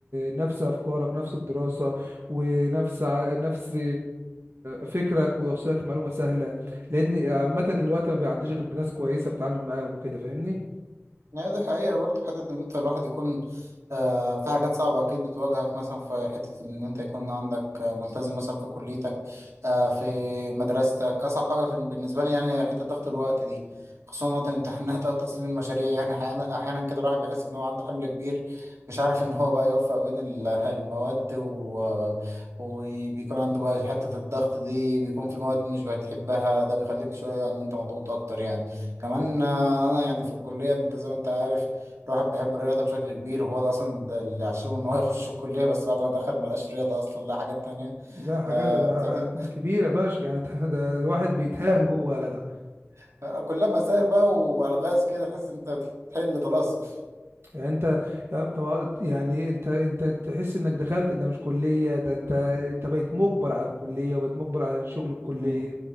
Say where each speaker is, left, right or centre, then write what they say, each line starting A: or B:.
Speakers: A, on the right (about 60°); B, on the right (about 85°).
A: نفس افكارك نفس الدراسه ونفس ع- نفس فكرك ويوصلك معلومه سهله لان عامه الوقت ما بيعديش غير بناس كويسه بتتعامل معاهم وكده فاهمني
B: هي دي حقيقة برضه حتة إن أنت الواحد يكون آه في حاجات صعبة أكيد بتواجهك مثلا في حتة إن أنت يكون عندك آه، ملتزم مثلا في كليتك آه في مدرستك أصعب حاجة في بالنسبة لي يعني حتة ضغط الوقت دي خصوصا وقت الامتحانات أو تسليم المشاريع يعني أحيانا أحيانا كده الواحد بيحس إن هو عنده حمل كبير مش عارف إن هو بقى يوفق بين ال- المواد و... وبيكون عنده بقى حتة الضغط دي بيكون في مواد مش بتحبها ده بيخليك شوية إن أنت مضغوط أكتر يعني. كمان آه، انا يعني في الكليه انت زي ما انت عارف الواحد بيحب الرياضه بشكل كبير وهو ده اصلا ده اللي عشمه ان هو <laughs> يخش الكليه بس بعد ما دخل ما لقاش رياضه اصلا لا حاجات تانية
A: لا حاجات
B: آه
A: ده
B: بتقدم
A: ح- كبيرة فشخ يعني <laughs> انت ده الواحد بيتهان جوه يا جدع
B: <laughs> كلها مسائل بقى والغاز كده تحس انت بتحل طلاسم
A: يعني انت طب يعني انت انت تحس انك دخلت ده مش كلية ده انت انت بقيت مجبر على الكلية وبقيت مجبر على شغل الكلية
B: مم.